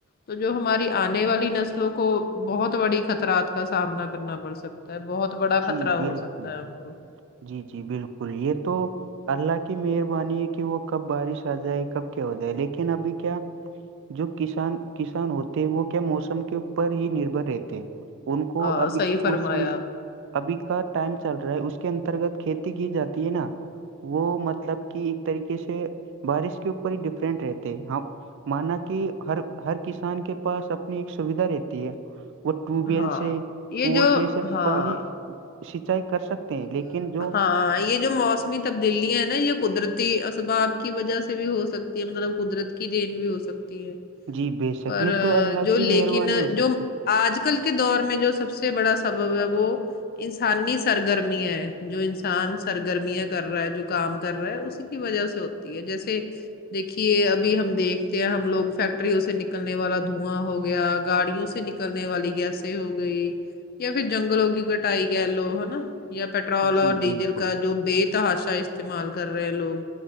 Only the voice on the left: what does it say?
تو جو ہماری آنے والی نسلوں کو بہت بڑی خطرات کا سامنا کرنا پڑ سکتا ہے بہت بڑا خطرہ
ہو سکتا ہے ان کو
ہاں
صحیح
فرمایا
آپ
ہاں
یہ جو
ہاں
ہاں یہ جو موسمی تبدیلیاں ہیں نا یہ قدرتی اسباب کی وجہ سے بھی ہو سکتی ہے مطلب قدرت کی دین بھی ہو سکتی ہے
پر
جو
لیکن
جو
آج کل کے دور میں جو سب سے بڑا سبب ہے وہ انسانی سے سرگرمیاں جو انسان سرگرمیاں کر رہا ہے جو کام کر رہا ہے اسی کی وجہ سے ہوتا ہے جیسے دیکھیے ابھی ہم دیکھتے ہیں ہم لوگ فیکٹریوں سے نکلنے والا دھواں ہو گیا گاڑیوں سے نک نکلنے والی گیسے ہو گئی یا پھر جنگلوں کی کٹائی کہہ لو ہے نا یا پیٹرول اور
ڈیزل
کا جو بے تحاشا استعمال کر رہے ہیں لوگ